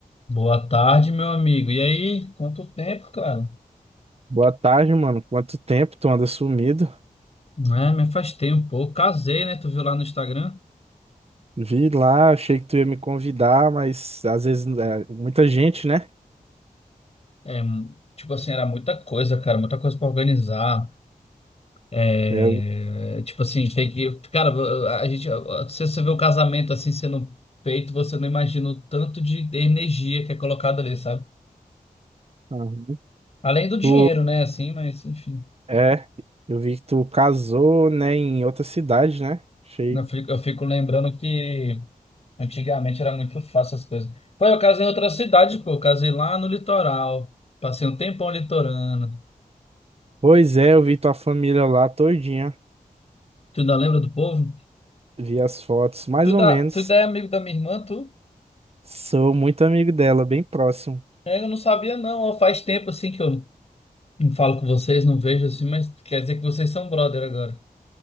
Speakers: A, on the left; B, on the right.
A: Boa tarde, meu amigo. E aí, quanto tempo, cara?
B: Boa tarde, mano. Quanto tempo tu anda sumido?
A: Né, me afastei um pouco. Casei, né? Tu viu lá no Instagram?
B: Vi lá, achei que tu ia me convidar, mas às vezes é, muita gente, né?
A: É, hum, tipo assim, era muita coisa, cara, muita coisa pra organizar. É,
B: É, eu-
A: tipo assim, tem que. Cara, a gente. Se você vê o casamento assim sendo feito, você não imagina o tanto de energia que é colocado ali, sabe?
B: Aham.
A: Além do dinheiro,
B: Tu,
A: né? Assim, mas enfim.
B: é, eu vi que tu casou, né, em outra cidade, né? Achei.
A: Eu fico, eu fico lembrando que. Antigamente era muito fácil as coisas. Pô, eu casei em outra cidade, pô. Eu casei lá no litoral. Passei um tempão litorano.
B: Pois é, eu vi tua família lá todinha.
A: Tu ainda lembra do povo?
B: Vi as fotos, mais
A: Tu ainda,
B: ou menos.
A: tu ainda é amigo da minha irmã, tu?
B: Sou muito amigo dela, bem próximo.
A: É, Eu não sabia, não. Ó, Faz tempo assim que eu não falo com vocês, não vejo assim, mas quer dizer que vocês são brother agora.